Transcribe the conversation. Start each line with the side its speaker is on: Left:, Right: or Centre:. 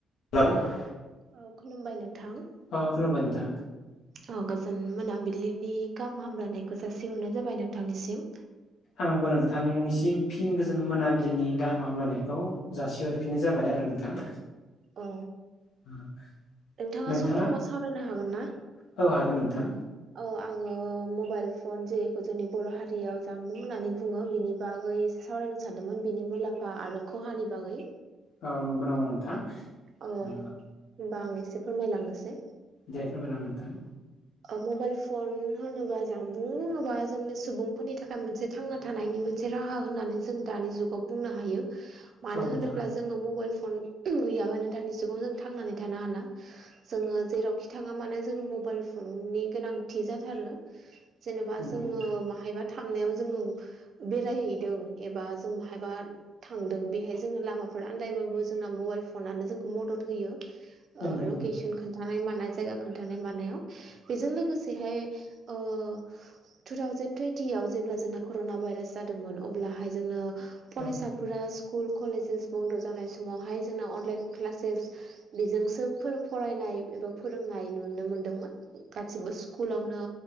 Left: <unintelligible>
Right: औ खुलुमबाय नोंथां।
Left: अ खुलुमबाय नोंथां।
Right: औ गोजोन मोनाबिलिनि गाहाम हामलायनायखौ जासिहरनाय जाबाय नोंथांनिसिम।
Left: आंबो नोंथांनिसिम फिन गोजोन मोनाबिलिनि गाहाम हामलायनायखौ जासि हर फिनाय जाबाय आरो नोंथां।
Right: औ।
Left: <inaudible>
Right: नोंथांङा
Left: नोंथाङा
Right: सम दंबा सावरायनो हागोन ना?
Left: औ हागोन नोंथां
Right: औ आंङो मबाइल फन जेखौ जोंनि बर' हारियाव जामबुं होननानै बुङो बिनि बागै सावरायनो सानदोंमोन बिनि मुलाम्फा आरो खहानि बागै।
Left: औ नंगौ नामा नोंथां
Right: औ
Left: ओ
Right: होमबा आं एसे फोरमायलांनोसै।
Left: दे फोरमायलां नोंथां
Right: ओ मबाइल फन होनोबा जामबुं होनोब्ला जोंनि सुबुंफोरनि थाखाय मोनसे थांना थानायनि मोनसे राहा होननानै जों दानि जुगाव बुंनो हायो मानो
Left: औ नोंथां
Right: होनोब्ला जों जोंङो मबाइल फन गैयाबानो दानि जुगाव जों थांनानै थानो हाला। जोंङो जेरावखि थांङा माने जों मबाइल फन नि गोनांथि जाथारो जेनेबा
Left: नोंथां
Right: जोंङो
Left: औ
Right: बाहायबा थांनायाव जोंङो बेरायहैदों एबा जों बहायबा थांदों बेहाय जोंङो लामाफोर आनन्दायबाबो जोंना मबाइल फनानो जोंखौ मदद होयो। ओ
Left: नोंथां
Right: लकेसन
Left: औ नोंथां
Right: खोनन्थानाय मानाय जायगा खोनन्थानाय मानायाव। बेजों लोगोसेहाय ओ टु थावजेेन टुवइनटियाव जेब्ला जोंना कर'ना भाइरास जादोंमोन अब्लाहाय जोंङो फरायसाफोरा
Left: औ नोंथां औ नोंथां
Right: स्कुल कलेजेस बन्द' जानाय समावहाय जोंना अनलाइन क्लासेस बेजोंसो फोर फरायनाय एबा फोरोंनाय नुनो मोनदोंमोन। गासिबो स्कुलावनो